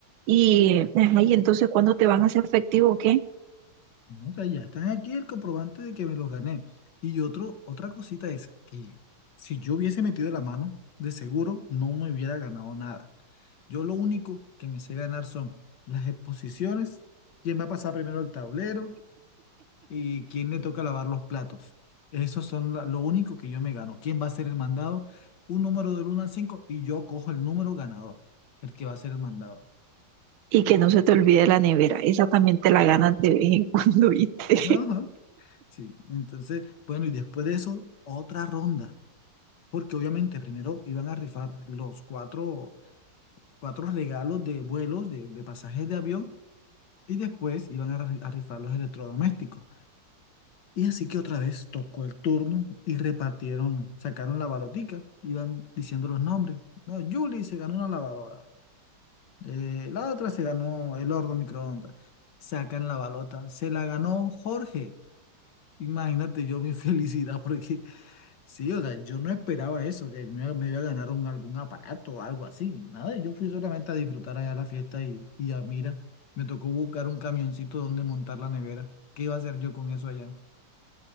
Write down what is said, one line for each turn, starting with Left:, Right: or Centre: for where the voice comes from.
Right: Y ahí entonces, ¿cuándo te van a hacer efectivo o qué?
Left: No, O sea, ya están aquí el comprobante de que me los gané. Y otro, otra cosita es que si yo hubiese metido la mano, de seguro no me hubiera ganado nada. Yo lo único que me sé ganar son las exposiciones, quién va a pasar primero al tablero y quién le toca lavar los platos. Esos son la- lo único que yo me gano. ¿Quién va a ser el mandado? Un número del uno al 5 y yo cojo el número ganador, el que va a ser el mandado.
Right: Y que no se te olvide la nevera. Esa también te la ganas de vez en cuando, <laughs> ¿viste?
Left: Ajá. Sí, entonces, bueno, y después de eso, otra ronda, porque obviamente primero iban a rifar los cuatro, cuatro regalos de vuelos, de, de pasajes de avión, y después iban a, ri- a rifar los electrodomésticos. Y así que otra vez tocó el turno y repartieron, sacaron la balotica, iban diciendo los nombres. No, Julie se ganó una lavadora, eh, la otra se ganó el horno microondas. Sacan la balota, se la ganó Jorge. Imagínate yo mi <laughs> felicidad, porque sí, o sea, yo no esperaba eso, que me, me iba a ganar un, algún aparato o algo así. Nada, yo fui solamente a disfrutar allá la fiesta y, y a mira, me tocó buscar un camioncito donde montar la nevera. ¿Qué iba a hacer yo con eso allá?